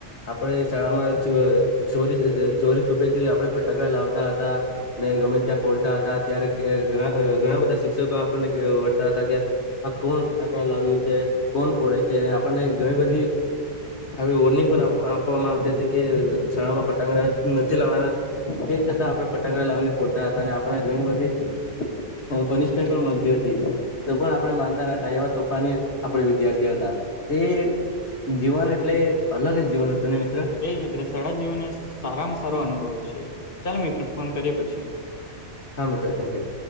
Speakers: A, on the left (about 65°); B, on the left (about 50°).
A: આપડે શાળામાં ચોરી ચોરી છૂપેથી આપે ફટાકડા લાવતા હતા. ને ગમે ત્યાં ફોડતા હતા ત્યારે ઘણા બધા શિક્ષકો આપણને વળતા હતા કે આ કોણ ફટાકડા લાવ્યું છે, કોણ ફોડે છે આપણને ઘણી બધી આવી વોર્નિંગ પણ આપવામાં આવતી હતી, કે શાળામાં ફટાકડા નથી લવાના તે છતાં આપણે ફટાકડા લાવીને ફોડતા હતા, અને આપણે ઘણી બધી હ પનિશમેન્ટ પણ મળતી હતી. તો પણ આપણે માનતા ન હતા, એવા તોફાની આપણે વિદ્યાર્થી હતા તે જીવન એટલે અલગ જ જીવન હતુ, ને મિત્ર
B: એજ મિત્ર સળા જીવન એ સારામાં સારો અનુભવ છે, ચાલ મિત્રો ફોન કરીએ પછી
A: હા મિત્રો થેન્કયુ